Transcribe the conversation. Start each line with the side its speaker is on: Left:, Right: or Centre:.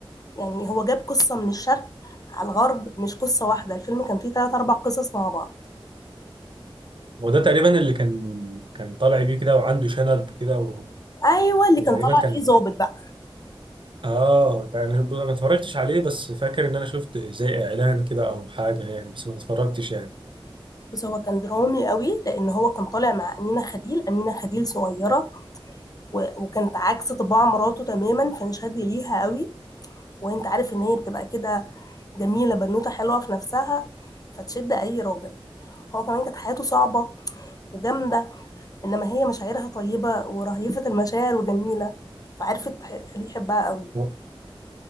Left: يعني هو جاب قصة من الشرق على الغرب مش قصة واحدة الفيلم كان فيه ثلاث أربع قصص مع بعض
Right: هو ده تقريبا اللي كان كان طالع بيه كده وعنده شنب كده و...
Left: ايوه اللي
Right: وتقريبا
Left: كان طالع
Right: كان
Left: فيه ظابط بقى
Right: اه يعني انا ما اتفرجتش عليه بس فاكر ان انا شفت زي اعلان كده او حاجه يعني بس ما اتفرجتش يعني
Left: بس هو كان درامي قوي لان هو كان طالع مع امينه خليل امينه خليل صغيره و... وكانت عكس طباع مراته تماما فانشد ليها قوي وانت عارف ان هي بتبقى كده جميله بنوته حلوه في نفسها فتشد اي راجل هو كمان كانت حياته صعبه وجامده انما هي مشاعرها طيبه ورهيفه المشاعر وجميله فعرفت تخليه يحبها قوي
Right: هو